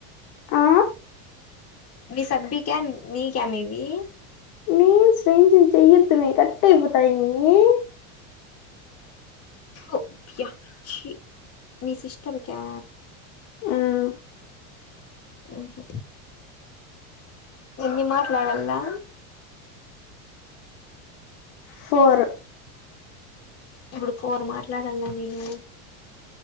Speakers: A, on the left; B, on the left.
A: ఆ
B: మీ సబ్బిక మీ క మే ఇవి
A: మే చేయేదుమే కటైపోతైమే
B: <inaudible> యా ఛీ మీ సిస్టర్ క్యా
A: ఉమ్
B: ఉ హు ఎన్ని మాట్లాడల్లా
A: ఫోర్
B: ఇప్పుడు ఫోర్ మాట్లాడల్లా నేను